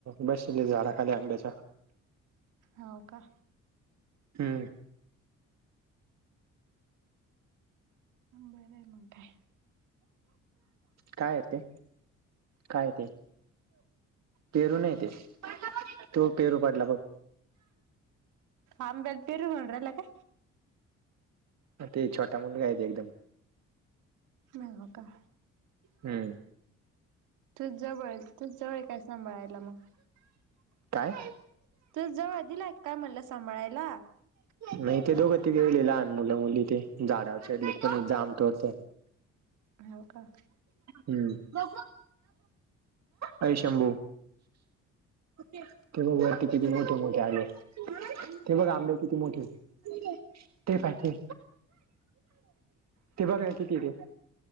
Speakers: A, on the right; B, on the right.
A: बसलोय झाडा खाली आंब्याच्या-
B: हाव का-
A: हम्म....
B: बर आहे मग काय.
A: काय आहे ते? काय आहे ते? पेरू नाही ते. तो पेरू पडला बघ.
B: आंब्याला पेरू म्हणून राहिला का?
A: हा ते छोटा मुलगा आहे ते एकदम-
B: हम्म... आता
A: हम्म...
B: तूझ जवळ, तूझ जवळ आहे काय सांभाळायला मग.
A: काय.
B: तूझ्या जवळ दिलाय काय म्हणलं सांभाळायला.
A: नाही ते दोघं तिघे गेले लहान मुलं मुली, ते झाडावर चढले, जाम तोडते.
B: हाव का.
A: हम्म, बघू. ये शंभु, ते बघ वरती किती मोठे-मोठे आहेत. ते बघ आंबे किती मोठेयत, ते पाय ते. ते बघ ना किती ते.